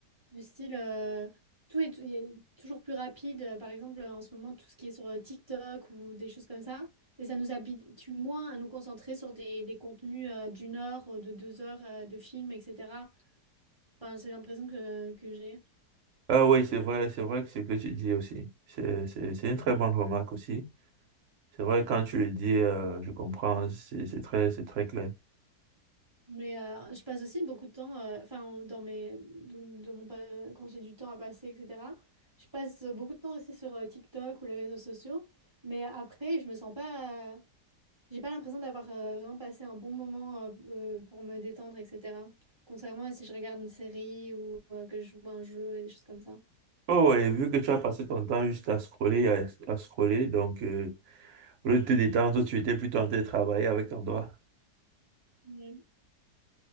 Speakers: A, on the right; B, on the right.
A: Du style, euh, tout est, il est toujours plus rapide. Euh, Par exemple, euh, en ce moment, tout ce qui est sur euh, TikTok ou des choses comme ça. Et ça nous habitue moins à nous concentrer sur des, des contenus euh, d'une heure, euh, de deux heures, euh, de films, etc. Enfin, c'est l'impression que, que j'ai.
B: Ah oui, c'est vrai, c'est vrai que c'est ce que tu dis aussi. C'est, c'est, c'est une très bonne remarque aussi. C'est vrai, quand tu le dis, euh, je comprends, c'est, c'est très, c'est très clair.
A: Mais euh, je passe aussi beaucoup de temps, euh, enfin, dans mes, de- de mon, pa- quand j'ai du temps à passer, etc. Je passe beaucoup de temps aussi sur euh, TikTok ou les réseaux sociaux. Mais après, je me sens pas. euh, J'ai pas l'impression d'avoir euh, vraiment passé un bon moment euh, euh, pour me détendre, etc. Contrairement à si je regarde une série ou euh, que je joue à un jeu et des choses comme ça.
B: Oh oui, vu que tu as passé ton temps juste à scroller, à, à scroller, donc euh, au lieu de te détendre, tu étais plutôt en train de travailler avec ton doigt.
A: Ouais,